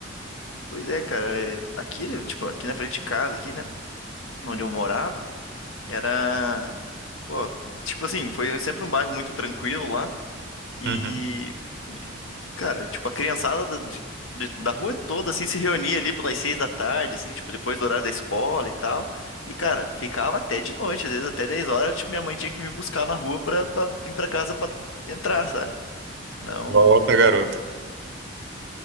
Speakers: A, on the left; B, on the right.
A: Pois é, cara, é, aqui, tipo, aqui na frente de casa, aqui, né, onde eu morava, era, pô, tipo assim, foi sempre um bairro muito tranquilo lá. E,
B: Uhum.
A: cara, tipo, a criançada da, de- de- da rua toda, assim, se reunia ali pelas seis da tarde, assim, tipo, depois do horário da escola e tal. E, cara, ficava até de noite, às vezes até 10 horas, tipo, minha mãe tinha que me buscar na rua pra, pra vir pra casa pra entrar, sabe? Não,
B: Volta, garoto.